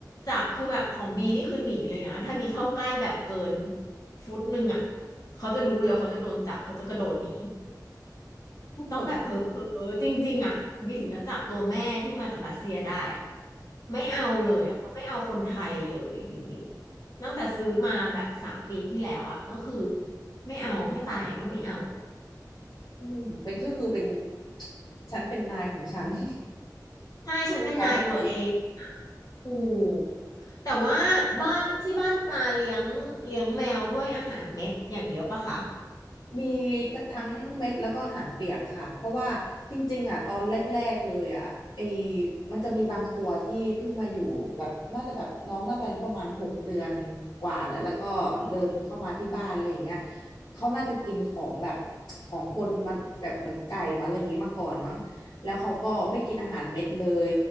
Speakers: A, on the left (about 55°); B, on the left (about 90°).
A: จับคือแบบของบีนี่คือหนีเลยนะถ้าบีเข้าใกล้แบบเกินฟุตหนึ่งอ่ะเขาจะรู้เลยว่าเขาจะโดนจับเขาจะกระโดดหนี
B: โอ้โห
A: ต้องแบบเพ้อเพ้อจริงๆอ่ะบีถึงจะจับตัวแม่ที่มาจากรัสเซียได้อ่ะไม่เอาเลยอ่ะเขาไม่เอาคนไทยเลยจริงๆตั้งแต่ซื้อมาแบบสามปีที่แล้วอ่ะก็คือไม่เอาให้ตายไอก็ไม่เอา
B: อืมเป็นก็คือเป็น <tsk> ฉันเป็นนายของฉัน <laughs>
A: ใช่ฉันเป็นนายตัวเองอ่ะ
B: ไม่ง้อใคร
A: ถูกแต่ว่าบ้านที่บ้านปลาเลี้ยงเลี้ยงแมวด้วยอาหารเม็ดอย่างเดียวปะคะ
B: มีทั้งเม็ดแล้วก็อาหารเปียกค่ะเพราะว่าจริงๆอ่ะตอนแรกๆเลยอ่ะไอมันจะมีบางตัวที่เพิ่งมาอยู่แบบน่าจะแบบน้องน่าจะอายุประมาณหกเดือนกว่าแล้วแล้วก็เดินเข้ามาที่บ้านอะไรอย่างเงี้ยเขาน่าจะกินของแบบของคนมันแบบเหมือนไก่มาอะไรอย่างเงี้ยมาก่อนมั้ง แล้วเขาก็ไม่กินอาหารเม็ดเลย